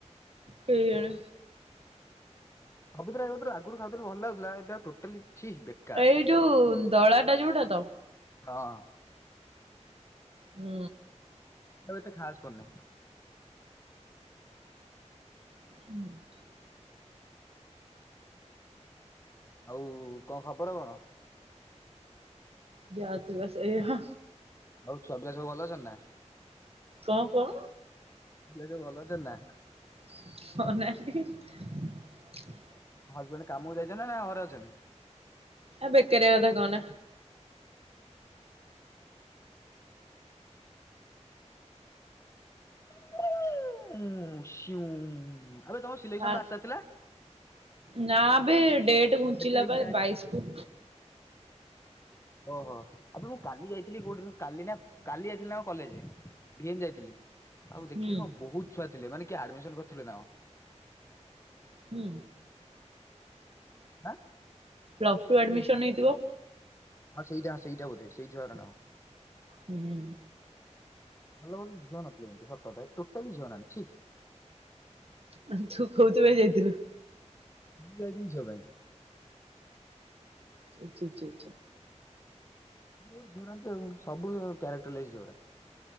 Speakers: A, on the right; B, on the left.
A: କେଇ ଜାଣି।
B: ପବିତ୍ର ଭାଇ କତିରୁ ଆଗରୁ ଖାଉଥିଲୁ ଭଲ ଲାଗୁଥିଲା ଏ ସିଏ ଆଉ ଟୋଟାଲି ଛି ବେକାର
A: ଏଇ ଯୋଉ ଦଳାଟା ଯୋଉଟା ତ।
B: ହଁ ହଁ।
A: ହୁଁ।
B: ଏବେ ଏତେ ଖାସ କରୁନି।
A: <inaudible>
B: ଆଉ କଣ ଖବର କଣ?
A: ଯାହା ଥିବ ସେଇଆ।
B: ହଉ ଛୁଆ ପିଲା ସବୁ ଭଲ ଅଛନ୍ତି ନା?
A: କଣ କଣ
B: <unintelligible> ଭଲ ଅଛନ୍ତି ନା?
A: ହଁ। <unintelligible>
B: ହଜବେଣ୍ଡ କାମକୁ ଯାଇଛନ୍ତି ନା ଘରେ ଅଛନ୍ତି?
A: ଆ ବେକାରିଆ କଥା କହନା।
B: <inaudible> ଆବେ ତମର୍ ସିଲେକ୍ସନ ପା ଆସିବାର
A: ଆ
B: ଥିଲା।
A: ନା ବେ ଡେଟ୍ ଘୁଞ୍ଚିଲା
B: କେତେ ତାରିଖ
A: ବା ବାଇଶ୍ କୁ।
B: ଓହୋ, ଆବେ ମୁଁ କାଲି ଯାଇଥିଲି <unintelligible> କାଲି ନା କାଲି ଯାଇଥିଲି ଆମ କଲେଜ। <unintelligible> ଯାଇଥିଲି। ଆଉ ଦେଖିଲି
A: ହୁଁ
B: କଣ ବହୁତ୍ ଛୁଆ ଥିଲେ ମାନେ କିଏ ଆଡମିସନ୍ କର୍ ଥିବେ ନାଁକ
A: ହୁଁ।
B: ଆଁ?
A: ପ୍ଲସ୍ଟୁ ଆଡମିସନ୍ ହେଇଥିବ।
B: ଆଉ ସେଇଟା ଆ ସେଇଟା ବୋଧେ ସେଇ ଝିଅଟାନା କଣ?
A: ହୁଁ
B: ଭଲ ଭଲ ଝିଅ ନଥିଲେ କିନ୍ତୁ ସତ କଥା ଏଠି ଟୋଟାଲି ଝିଅ ନାହାନ୍ତି ଛି।
A: ମାନେ ତୁ କୋଉଥି ପାଇଁ ଯାଇଥିଲୁ?
B: ମୁଁ ଯାଇଥିନି ଝିଅ ପାଇଁ।
A: ଆଚା ଚା ଚା ଆଚା।
B: <unintelligible> ଝିଅରାନ୍ତ ସବୁ କ୍ୟାରେକ୍ଟରଲେସ୍ ଝିଅଡା।